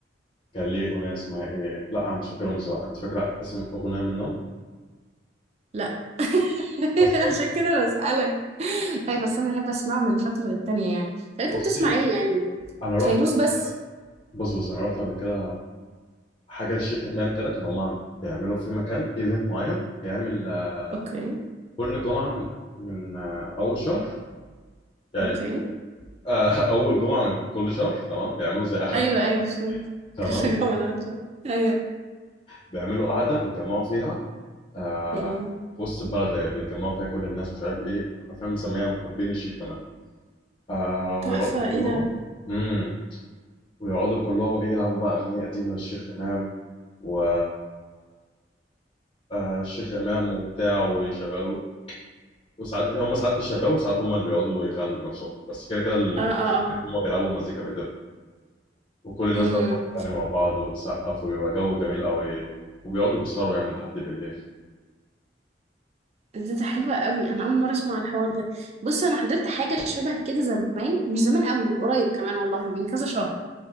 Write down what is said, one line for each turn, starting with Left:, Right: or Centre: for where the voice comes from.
Left: كان ليه أغنية اسمها إيه؟ لا أنا مش فاكرهم بصراحة، أنت فاكرة اسم أغنية منهم؟
Right: لا <laughs>
Left: أصلا
Right: عشان كده بسألك اي بس انا بحب اسمعه من فترة للتانية يعني طب انت
Left: بصي
Right: بتسمع ايه يعني
Left: أنا
Right: فيروز
Left: رحت قبل
Right: بس
Left: كده بص بص انا رحت قبل كده حاجه للشيخ امام كده كانوا هم بيعملوا في مكان ايفنت معين بيعمل آه،
Right: اوكي
Left: كل جمعه من من آه، اول شهر يعني
Right: اوكي
Left: آه، <laughs> اول جمعه من كل شهر تمام بيعملوا زي قعده
Right: ايوه ايوه فهمت <laughs>
Left: تمام
Right: كنت جوه انا قلت ايوه
Left: بيعملوا قعده بيتجمعوا فيها آه،
Right: أمم.
Left: في وسط البلد هي بيتجمعوا فيها كل الناس مش عارف ايه عارفين مسميها محبين الشيخ امام آه، ويقعدوا
Right: تحفة ايه
Left: كلهم
Right: ده
Left: امم ويقعدوا كلهم ايه يلعبوا بقى اغاني قديمه للشيخ امام و آه، الشيخ امام وبتاع ويشغلوا له وساعات هم ساعات بيشغلوا وساعات هم اللي بيقعدوا يغنوا بنفسهم بس كده كده اللي
Right: اه
Left: بيتعمل
Right: اه اه
Left: هناك ان هم بيلعبوا مزيكا بايديهم وكل الناس
Right: امم
Left: بقى بتقعد تغني مع بعض وتسقف وبيبقى جو جميل قوي وبيقعدوا بيسهروا يعني لحد بالليل
Right: ده, ده حلوة قوي انا اول مرة اسمع الحوار ده بص انا حضرت حاجة شبه كده زمان مش زمان قوي من قريب كمان والله من كذا شهر